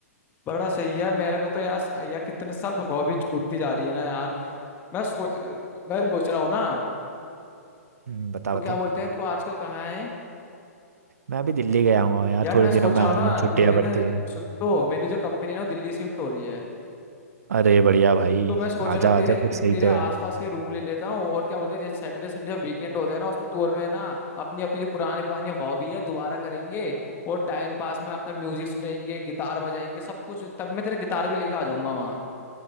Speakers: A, on the left (about 25°); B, on the right (about 70°).
A: बड़ा सही है मेरे को तो यार यार कितने सब हॉबी छूटती जा रही है ना यार मैं सोच मैं सोच रहा हूँ ना
B: हम्म, बता
A: तो
B: बता
A: क्या बोलते हैं तू आजकल कहाँ है
B: मैं अभी दिल्ली गया हुआ हूँ यार
A: यार
B: थोड़े
A: मैं सोच
B: दिनों में
A: रहा
B: आ
A: हूँ
B: रहा
A: ना
B: हूँ छुट्टियाँ
A: मेरे
B: पड़ती
A: ना
B: हैं
A: सुन तो मेरी जो कंपनी है ना वो दिल्ली शिफ्ट हो रही है
B: अरे बढ़िया भाई
A: तो मैं सोच
B: आजा
A: रहा ना तेरे
B: आजा फिर
A: ते,
B: सही
A: तेरे
B: तो
A: आसपास
B: है
A: के रूम ले लेता हूँ और क्या बोलते हैं जैसे सैटरडे संडे जब वीकेंड होता है ना उसको टूर में ना अपनी अपनी जो पुरानी पुरानी हॉबी है दोबारा करेंगे और टाइम पास में अपना म्यूजिक सुनेंगे गिटार बजाएंगे सब कुछ तब मैं तेरा गिटार भी लेके आ जाऊंगा वहाँ